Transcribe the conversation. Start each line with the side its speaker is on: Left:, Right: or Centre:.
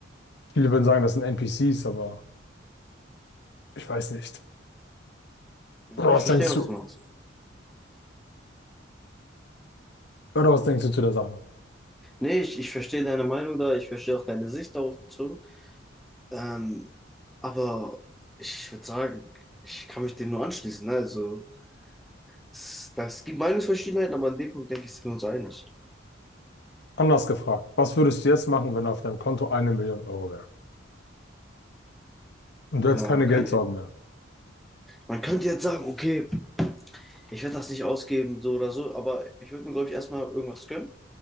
Left: Viele würden sagen, das sind NPCs, aber ich weiß nicht.
Centre: ja
Left: Oder
Centre: ich
Left: was
Centre: verstehe,
Left: denkst
Centre: was
Left: du?
Centre: du meinst.
Left: Oder was denkst du zu der Sache?
Centre: Nee, ich, ich verstehe deine Meinung da, ich verstehe auch deine Sicht darauf bezogen. Ähm, aber ich würde sagen, ich kann mich dem nur anschließen. Ne? Also, das, das gibt Meinungsverschiedenheiten, aber an dem Punkt denke ich, sind wir uns einig.
Left: Anders gefragt, was würdest du jetzt machen, wenn auf deinem Konto eine Million Euro wäre? Und du hättest
Centre: Guck
Left: keine
Centre: man könnte,
Left: Geldsorgen mehr.
Centre: man könnte jetzt sagen, okay, ich werde das nicht ausgeben, so oder so, aber ich würde mir, glaube ich, erstmal irgendwas gönnen,